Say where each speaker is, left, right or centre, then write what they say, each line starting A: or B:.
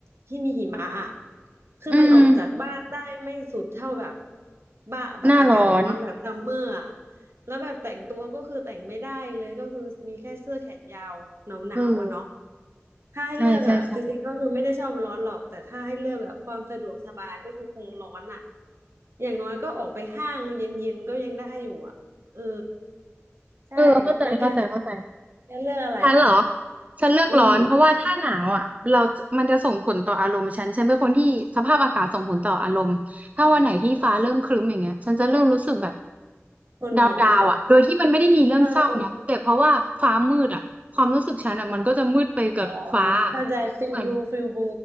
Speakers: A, on the right (about 60°); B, on the right (about 30°).
A: ที่มีหิมะอ่ะคือมันออกจากบ้านได้ไม่สุดเท่าแบบ
B: อืม
A: บ้าแบบอากาศร้อนแบบซัมเมอร์อ่ะ
B: หน้าร้อน
A: แล้วแบบแต่งตัวก็คือแต่งไม่ได้เลยก็คือมีแค่เสื้อแขนยาวหนาวๆอ่ะเนาะ
B: เออ
A: ถ้าให้เลือกอ่ะจริงๆก็คือไม่ได้ชอบร้อนหรอกแต่ถ้าให้เลือกแบบความสะดวกสบายก็คือคงร้อนอ่ะ
B: ใช่ใช่ใช่
A: อย่างน้อยก็ออกไปห้างเย็นๆก็ยังได้อยู่อ่ะเออใช่แล้วแกถ้า
B: เออเข้าใจเข้าใจเข้าใจ
A: แกเลือกอะไรอ่ะ
B: ทันเหรอฉันเลือกร้อนเพราะว่าถ้าหนาวอ่ะเรามันจะส่งผลต่ออารมณ์ฉันฉันเป็นคนที่สภาพอากาศส่งผลต่ออารมณ์ถ้าวันไหนที่ฟ้าเริ่มครึ้มอย่างเงี้ยฉันจะเริ่มรู้สึกแบบ
A: อืมคนหมองเหรอ
B: ดาวดาวอ่ะโดยที่มันไม่ได้มีเรื่องเศร้านะแต่เพราะว่าฟ้ามืดอ่ะความรู้สึกฉันอ่ะมันก็จะมืดไปกับฟ้า
A: เออเอออ๋อเข้าใจฟิลบลูฟิลบลู
B: เหมือน